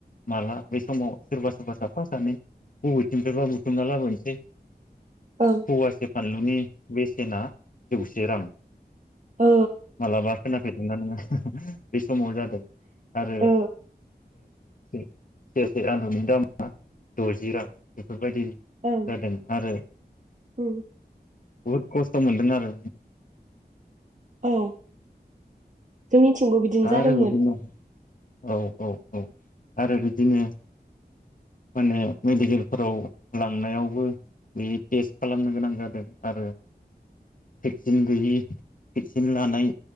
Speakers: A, on the left (about 55°); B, on the right (about 45°).
A: माला बे समाव सोरबा सोरबा साफा सानै बबेथिंफ्रायबा बुथुमना लाबोनोसै
B: औ
A: फवासे फानलुनि बेसेना जौसे रां
B: औ
A: मालाबा खोनाफेददो नोंग ना नोंङा बे समाव जादों आरो
B: औ
A: सेरसे आलुनि दामा दजि रां बे दि
B: ओं
A: जादों आरो
B: उम
A: बुहुद खस्थ मोनदों आरो
B: औ जोंनिथिंग बिदिनो
A: आरो
B: जादोंमोन
A: बिदिनो औ औ औ आरो बिदिनो माने मेडिकेलफोराव लांनायावबो बे टेस्ट खालामनो गोनां जादों आरो भेक्सिन गैयि भेक्सिन लानाय